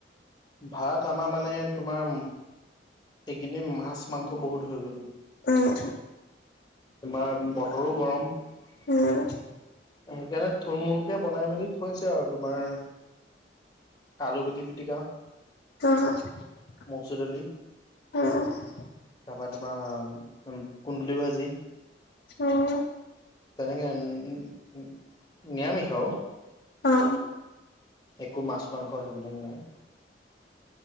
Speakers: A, on the left (about 25°); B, on the left (about 60°).
A: ভাত আমাৰ মানে তোমাৰ এইখিনি মাছ মাংস বহুত হৈ গল,
B: উম্
A: তোমাৰ বতৰো গৰম সেইকাৰণে
B: উম
A: থুল মূল এতিয়া বনাই মেলি থৈছে আৰু তোমাৰ আলু গুটি পিটিকা।
B: উম্
A: মচুৰ দালি তাৰপা তোমাৰ কুন্দুলি ভাজি।
B: উম্
A: তেনেকে উ নিৰামিষাও।
B: অ
A: একো মাছ মাংস সেইবিলাক নাই।